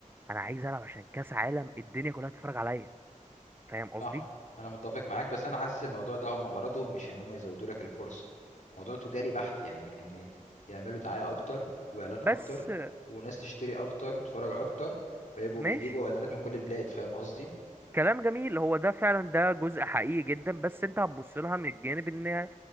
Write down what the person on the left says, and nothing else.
صح انا متفق معاك بس انا حاسس الموضوع ده هم غرضهم مش ان هم يزودوا لك الفرصه موضوع تجاري بحت يعني ان يعملوا دعايه اكتر واعلان
اكتر وناس تشتري اكتر وتتفرج اكتر فيبقوا
بيجيبوا اعلانات من كل البلاد فاهم قصدي